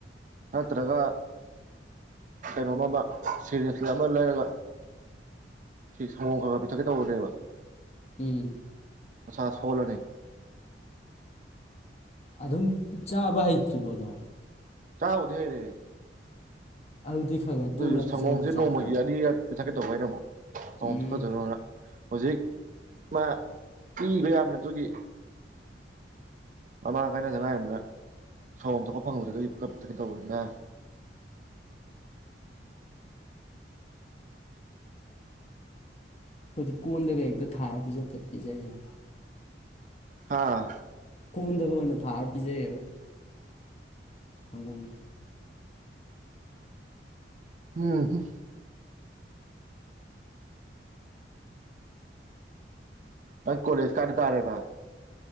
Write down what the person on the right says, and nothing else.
ꯅꯠꯇ꯭ꯔꯒ ꯀꯩꯅꯣꯃ ꯁꯁ ꯑꯃ ꯂꯩꯔꯒ ꯁꯪꯒꯣꯝ ꯈꯔ ꯈ ꯄꯤꯊꯛꯀꯦ ꯇꯧꯕꯅꯦꯕ
ꯃꯁ ꯁꯣꯂꯣꯅꯤ
ꯆꯥꯎꯥꯎꯗꯦꯔꯦ
ꯑꯗꯨ
ꯁꯪꯒꯣꯝꯁꯦ ꯅꯣꯡꯃꯒꯤ
ꯑꯅꯤꯈꯛ ꯄꯤꯊꯛꯀꯦ ꯇꯧꯕ ꯍꯥꯏꯅ ꯑꯃꯨꯛ ꯁꯪꯒꯣꯝ
ꯊꯥꯀꯗꯣꯏꯅ ꯍꯧꯖꯤꯛ ꯃꯥ ꯄꯤꯕ ꯌꯥꯝꯅ ꯑꯗꯨꯒꯤ ꯃꯃꯥꯡ ꯀꯥꯏꯅꯗꯉꯥꯏ ꯑꯃꯅ ꯁꯥꯎ ꯑꯃ ꯊꯣꯛꯄ ꯐꯪꯗ꯭ꯔ ꯑꯗꯨꯤꯞꯩꯅ ꯇꯧꯕꯅꯤꯗ
ꯍꯥꯥ
ꯎꯝ ꯅ ꯀꯣꯦꯖ ꯀꯥꯟꯗ ꯇꯥꯔꯦꯕ